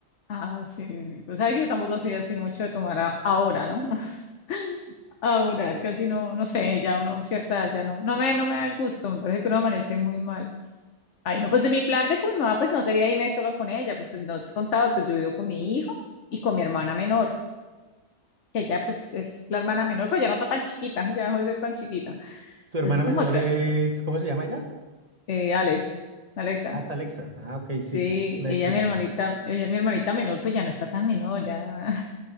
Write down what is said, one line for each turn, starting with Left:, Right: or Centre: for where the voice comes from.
Left: Ah, sí. O sea que yo tampoco soy así mucho de tomar a- ahora, ¿no? <laughs> Ahora, casi no, no sé, ya uno, cierta, edad ya no, no me, no me da el gusto, me parece que uno amanece muy mal. Ay, no, pues mi plan de con mi mamá, pues no sería irme sola con ella, pues no te contaba, pues yo vivo con mi hijo y con mi hermana menor, que ya pues es la hermana menor, pero ya no está tan chiquita, <laughs> ya dejó de ser tan chiquita.
Right: Tu
Left: Entonces
Right: hermana
Left: como
Right: menor
Left: el plan,
Right: es, ¿cómo se llama ella?
Left: eh, Alex, Alexa,
Right: Ah, es Alexa. Ah, ok, sí,
Left: sí,
Right: sí, es la
Left: ella
Right: distingo.
Left: mi hermanita, ella mi hermanita menor, pues ya no está tan menor, ya